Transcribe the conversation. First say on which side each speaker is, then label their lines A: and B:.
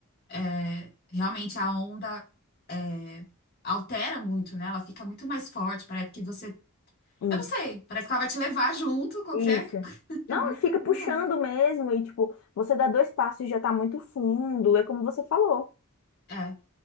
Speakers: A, on the left (about 45°); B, on the left (about 70°).
A: é, realmente a onda é, altera muito, né? Ela fica muito mais forte, parece que você,
B: Isso.
A: eu não sei, parece que ela vai te levar junto, qualquer,
B: Isso.
A: <laughs>
B: Não,
A: é muito,
B: fica puxando
A: muito ruim.
B: mesmo e tipo, você dá dois passos e já tá muito fundo, é como você falou.
A: É,